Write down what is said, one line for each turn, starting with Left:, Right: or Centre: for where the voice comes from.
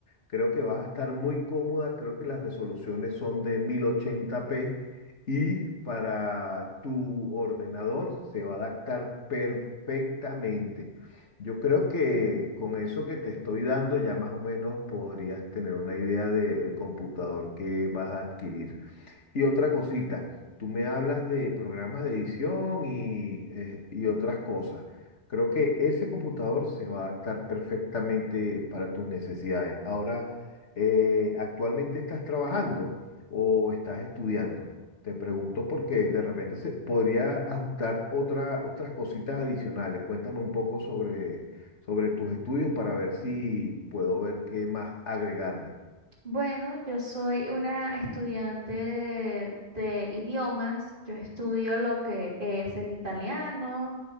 Left: Creo que vas a estar muy cómoda, creo que las resoluciones son de mil ochenta p y para tu ordenador se va a adaptar perfectamente. Yo creo que con eso que te estoy dando ya más o menos podrías tener una idea del computador que vas a adquirir. Y otra cosita, tú me hablas de programas de edición y, eh, y otras cosas. Creo que ese computador se va a adaptar perfectamente para tus necesidades. Ahora, eh, ¿actualmente estás trabajando o estás estudiando? Te pregunto porque de repente se podría ajustar otra, otras cositas adicionales. Cuéntame un poco sobre, sobre tus estudios para ver si puedo ver qué más agregarle.
Right: Bueno, yo soy una estudiante de, de idiomas. Yo estudio lo que es el italiano,